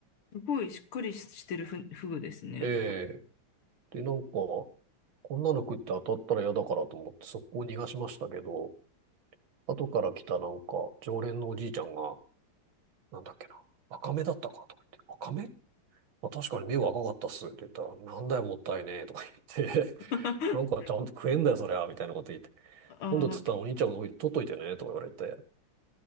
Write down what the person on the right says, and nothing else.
ええで、なんか、こんなの食って当たったら嫌だからと思って速攻逃がしましたけど、後から来たなんか、常連のおじいちゃんが、なんだっけな、赤目だったかとか言って、赤目まあ、確かに目は赤かったっすって言ったら、なんだよもったいねえとか言って、
<laughs> なんかちゃんと食えんだよそりゃ、みたいなこと言って、
今度釣ったらお兄ちゃんの方取っといてね、とか言われて、